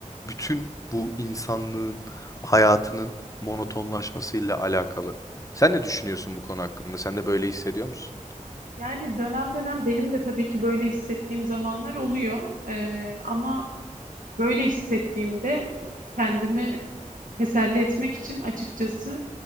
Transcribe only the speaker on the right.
Yani dönem dönem benim de tabii ki böyle hissettiğim zamanlar oluyor. Ee, ama böyle hissettiğimde kendimi teselli etmek için açıkçası